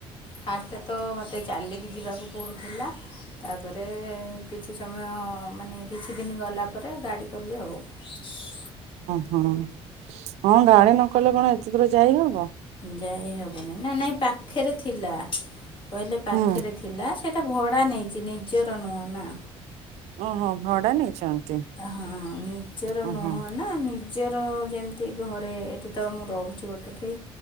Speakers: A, on the left (about 50°); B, on the right (about 80°).
A: ଫାଷ୍ଟ ତ ମୋତେ ଚାଲିକି ଯିବାକୁ ପଡ଼ୁଥିଲା। ତାପରେ କିଛି ସମୟ ମାନେ କିଛି ଦିନ ଗଲା ପରେ ଗାଡ଼ି କଲି ଆଉ। ହ
B: ଅ ହଁ ହଁ ଗାଡି ନକଲେ କଣ ଏତେ ଦୂର ଯାଇହବ।
A: ଯାଇ ହବନି ନା ନାଇଁ ପାଖରେ ଥିଲା କହିଲେ ପାଖରେ।
B: ହୁଁ
A: ଥିଲା ସେଇଟା ଭଡ଼ା ନେଇଛି ନିଜର ନୁହଁ ନା।
B: ଓହୋ ଭଡା ନେଇଛନ୍ତି।
A: ହଁ ନିଜର
B: ଓହୋ।
A: ନୁହଁ ନା ନି ନିଜର ଯେମିତି ଘରେ ଏଠି ତ ମୁଁ ରହୁଛି ଗୋଟେ ଠେଇ